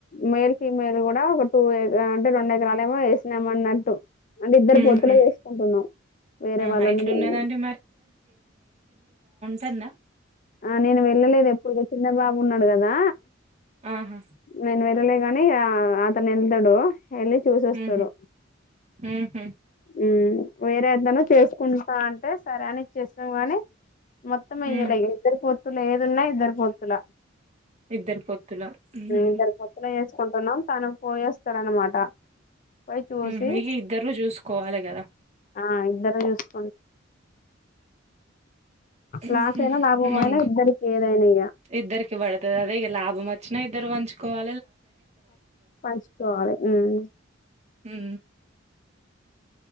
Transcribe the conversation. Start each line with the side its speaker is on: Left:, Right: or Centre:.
Left: మేల్ ఫీమేల్ కూడా ఒక టూ ఇగ అంటే రెండు ఎకరాలేమో ఎస్ నం మన్నట్టు అంటే ఇద్దరు
Right: ఉహు
Left: పొత్తులే చేసుకుంటున్నాం వేరే
Right: ఆహా
Left: వాళ్ళని
Right: ఎట్లున్నదండి
Left: మేము
Right: తంద
Left: ఆ నేను వెళ్ళలేదు ఎప్పుడు చిన్న బాబు ఉన్నాడు కదా
Right: ఆహా
Left: నేను వెళ్లలే గాని అతను ఎల్తడు ఎల్లి చూసొస్తడు
Right: ఉహు ఉహు
Left: ఉమ్ వేరే ఏదైనా చేసుకుంటా అంటే సరే అని ఇచ్చేసినం గానీ మొత్తం ఇయ్యలే
Right: ఉమ్
Left: ఇగ పొత్తుల ఏదున్నా ఇద్దరు పొత్తుల
Right: ఇద్దరు పొత్తుల ఉహు
Left: ఇద్దరు పొత్తులో చేసుకుంటున్నాం. తను పోయేస్తాడన్నమాట పోయి చూసి
Right: ఉహు ఇగ ఇద్దరు చూసుకోవాలి కదా
Left: ఆ ఇద్దరు చూసుకుం
Right: ఉమ్
Left: లాస్
Right: హు
Left: అయినా లాభం
Right: మం
Left: అయినా ఇద్దరికి ఏదైనా ఇగ
Right: ఇద్దరికి బడుతుది అదే ఇగ లాభం వచ్చిన ఇద్దరు వంచుకోవా
Left: పంచుకోవాలే ఉమ్
Right: మ్మూ